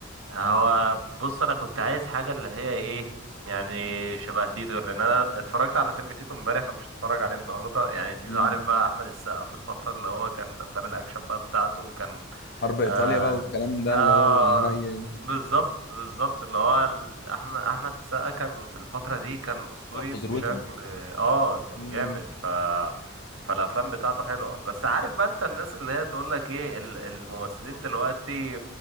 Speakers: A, on the right (about 75°); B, on the left (about 55°).
A: هو بص انا كنت عايز حاجه اللي هي ايه يعني شبه تيتو لان انا اتفرجت على فيلم تيتو امبارح فمش هتفرج عليه النهارده يعني تيتو
B: مم.
A: عارف بقى احمد السقا في الفتره اللي هو كان افلام الاكشن بقى بتاعته كان
B: حرب ايطاليا
A: آه
B: بقى والكلام ده
A: آه
B: اللي هو هاي-
A: بالظبط بالظبط اللي هو ال- احمد احمد السقا كان في الفتره دي كان اسطوري
B: كان في
A: بشكل
B: ذروته
A: اه كان
B: مم.
A: جامد ف فالافلام بتاعته حلوه بس عارف بقى انت الناس اللي هي تقول لك ايه ال- الممثلين دلوقتي